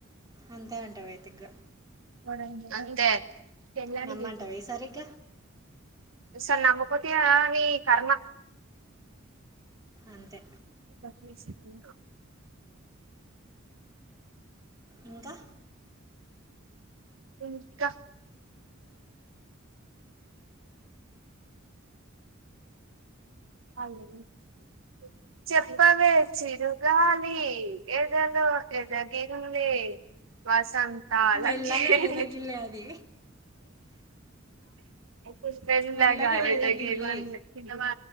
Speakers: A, on the right; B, on the right.
A: అంతే అంటావా అయితే ఇగ
B: అ అంతే పెళ్ళానికి
A: నమ్మంటావ ఈసారీ ఇగ
B: ఈ సారి నమ్మకపోతే నీ కర్మ
A: అంతే
B: ని సిత్ వు
A: ఇంకా
B: ఇంకా <inaudible> చెప్పవే చిరుగాలి ఎదలో ఎదగిలి వసంతాల
A: మెల్లగా
B: కేలి
A: ఎదగిల్లే అది
B: కుష్మేజగాతే
A: మెల్లగా ఎదగిల్లి
B: గీ చిన్న మా